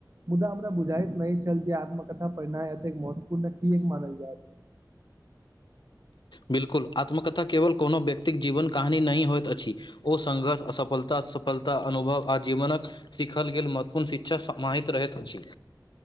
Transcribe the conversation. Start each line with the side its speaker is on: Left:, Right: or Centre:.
Right: मुदा हमरा बुझाइत नहि छल जे आत्मकथा पढ़नाइ एतेक महत्त्वपूर्ण किएक मानल जाइत छै
Left: बिल्कुल आत्मकथा केवल कोनो व्यक्तिक जीवनक कहानी नहि होइत अछि ओ संघर्ष असफलता सफलता अनुभव आ जीवनक सीखल गेल महत्वपूर्ण शिक्षा समाहित रहैत अछि